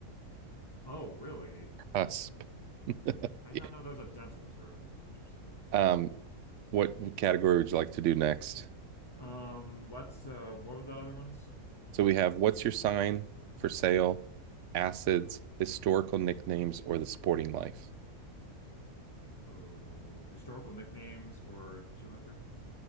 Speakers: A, on the left; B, on the right.
A: Oh, really?
B: Cusp. <laughs>
A: I did
B: Yeah.
A: not know that was a dental term. Interesting.
B: Um, what category would you like to do next?
A: Um, let's uh what were the other ones?
B: So we have what's your sign for sale, acids, historical nicknames, or the sporting life?
A: Oh, historical nicknames for 200?